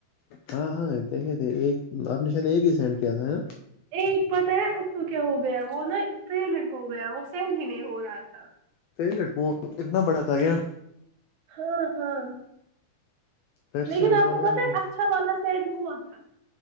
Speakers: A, on the left; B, on the right.
A: ہاں ہاں دیکھے تھے ایک آپ نے شاید ایک ہی سینڈ کیا تھا ہے نا
B: ایک پتا ہے اس کو کیا ہو گیا وہ نا فیلڈ ہو گیا وہ سینڈ ہی نہیں ہو رہا تھا
A: لٹب اتنا بڑا تھا گیا
B: ہاں ہاں
A: پھر
B: لیکن
A: سینڈ
B: آپ
A: ہوا
B: کو
A: یا
B: پتا
A: نہیں
B: ہے اچھا والا سڈ ہوا تھا